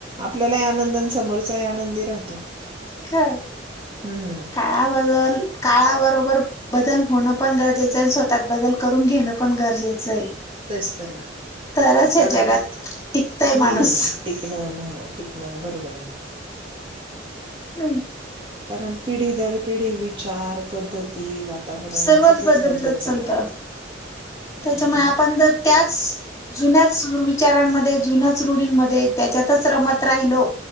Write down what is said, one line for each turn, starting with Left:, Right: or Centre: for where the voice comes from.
Right: आपल्यालाही आनंद समोरचाही आनं दी राहतो.
Left: काय
Right: हं, हं.
Left: काळाबदल काळा बरोबर बदल होणं पण गरजेचं आहे. स्वतःत बदल करून घेणं पण गरजेचं आहे.
Right: तेचं तर ना
Left: तरच हे
Right: कारण
Left: जगात टिकतय
Right: हम्म
Left: माणूस
Right: टिकणं न टिकणं बरोबर आहे ना.
Left: नाही
Right: कारण पिढी दर पिढी विचार, पद्धती, वातावरण
Left: सर्वच
Right: सगळंच बदलत चाललंय.
Left: चालत
Right: त्यामुळे
Left: त्याच्यामुळे आपण
Right: मग
Left: जर त्याच जुन्याच विचारांमध्ये जुन्याच रुढीनमध्ये त्याच्यातच रमत राहिलो